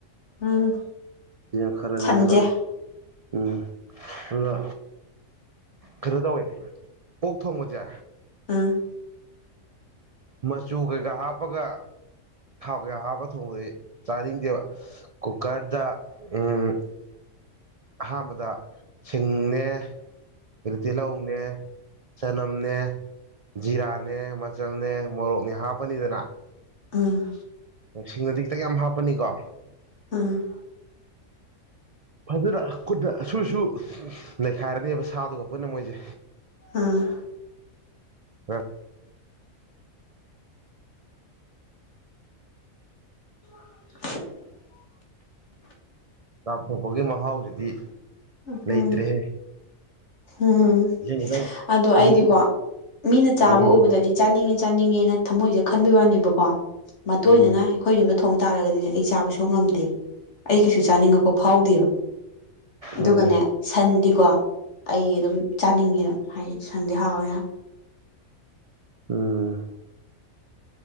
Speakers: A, on the left; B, on the right.
A: ꯎꯝ
B: ꯁꯤ ꯌꯥꯝ ꯈꯔꯅꯤ
A: ꯁꯟꯁꯦ
B: ꯑꯗꯨꯒ ꯎꯝ ꯑꯗꯨꯒ ꯀꯩꯅꯣ ꯇꯧꯋꯦ ꯑꯣꯛ ꯊꯣꯡꯕꯁꯦ
A: ꯎꯝ
B: ꯃꯆꯨ ꯀꯩꯀꯥ ꯍꯥꯞꯄꯒ ꯊꯥꯎ ꯀꯌꯥ ꯍꯥꯞꯄ ꯊꯣꯡꯕꯗꯗꯤ ꯆꯥꯅꯤꯡꯗꯦꯕ ꯀꯨꯀꯔꯗ ꯎꯝ ꯑꯍꯥꯟꯕꯗ ꯁꯤꯡꯅꯦ ꯑꯗꯤ ꯇꯤꯜꯍꯧꯅꯦ ꯆꯅꯝꯅꯦ ꯖꯤꯔꯥꯅꯦ ꯆꯜꯅꯦ ꯃꯣꯔꯣꯛꯅꯦ ꯍꯥꯞꯄꯅꯤꯗꯅ
A: ꯎꯝ
B: ꯁꯤꯡꯅꯗꯤ ꯈꯤꯇꯪ ꯌꯥꯝ ꯍꯥꯞꯄꯅꯤꯀꯣ
A: ꯎꯝ
B: ꯐꯖꯅ ꯀꯨꯠꯅ ꯁꯨꯁꯨ ꯂꯩꯈꯥꯏꯔꯅꯦꯕ ꯁꯥꯗꯨꯒ ꯄꯨꯟꯅ ꯃꯣꯏꯁꯦ
A: ꯑꯥ
B: <unintelligible>
A: <inaudible>
B: ꯆꯥꯊꯣꯛꯄꯒꯤ ꯃꯍꯥꯎꯁꯤꯗꯤ
A: ꯎꯝ
B: ꯂꯩꯇ꯭ꯔꯦꯍꯦ
A: ꯎꯝ
B: ꯏꯁꯤꯡ ꯈꯤꯇꯪ
A: ꯑꯗꯣ ꯑꯩꯗꯤꯀꯣ
B: ꯑꯂꯨ
A: ꯃꯤꯅ ꯆꯥꯕ
B: ꯎꯝ
A: ꯎꯕꯗꯗꯤ ꯆꯥꯅꯤꯡꯉꯤ ꯆꯥꯅꯤꯡꯉꯦꯅ ꯊꯝꯃꯣꯏꯁꯦ ꯈꯟꯕꯒꯤ ꯋꯥꯅꯦꯕꯀꯣ ꯃꯇꯦꯏꯅ
B: ꯎꯝ
A: ꯑꯩꯈꯣꯏ ꯌꯨꯝꯗ ꯊꯣꯡ ꯇꯥꯔꯒꯗꯤꯅꯦ ꯑꯩ ꯆꯥꯕ ꯁꯨꯛ ꯉꯝꯉꯝꯗꯦꯕ ꯑꯩ ꯀꯩꯁꯨ ꯆꯥꯅꯤꯡꯉꯛꯄ ꯐꯥꯎꯗꯦꯕ ꯑꯗꯨꯒꯅꯦ
B: ꯑꯣ
A: ꯁꯟꯗꯤꯀꯣ ꯑꯩ ꯑꯗꯨꯝ ꯆꯥꯅꯤꯡꯉꯤ ꯑꯗꯨꯝ ꯍꯥꯏꯗꯤ ꯁꯟꯗꯤ ꯍꯥꯎꯋꯔ
B: ꯎꯝ